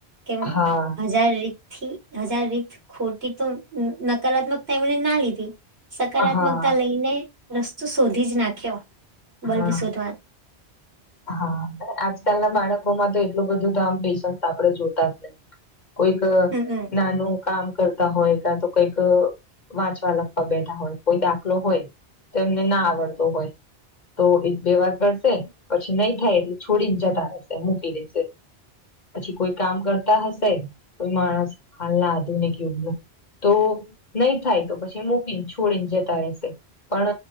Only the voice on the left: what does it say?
હા
હા
હા
હા આજકાલના બાળકોમાં તો એટલું બધું તો આમ પેશન્સ આપડે જોતા જ નહી. કોઈક
નાનું, કામ કરતા હોય કાતો કઈક વાંચવા-લખવા બેઠા હોય કોઈ દાખલો હોય, તો એમને ના આવડતો હોય તો એક-બે વાર કરશે, પછી નહી થાય એટલે છોડીને જતા રહેશે, મૂકી દેશે. પછી કોઈ કામ કરતા હશે કોઈ માણસ હાલના આધુનિક યુગનું, તો નહી થાય તો પછી મૂકીને છોડીને જતા રેહશે. પણ